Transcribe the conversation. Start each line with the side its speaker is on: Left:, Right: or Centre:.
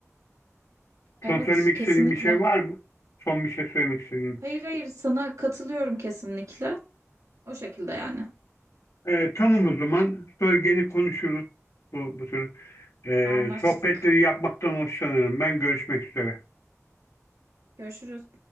Right: Evet
Left: Son söylemek
Right: kesinlikle.
Left: istediğin bir şey var mı? Son bir şey söylemek istediğin.
Right: Hayır hayır sana katılıyorum kesinlikle. O şekilde yani.
Left: Ee, tamam o zaman. Sonra gene konuşuruz. Bu, bu tür e,
Right: Anlaştık.
Left: sohbetleri yapmaktan hoşlanırım. Ben görüşmek üzere.
Right: Görüşürüz.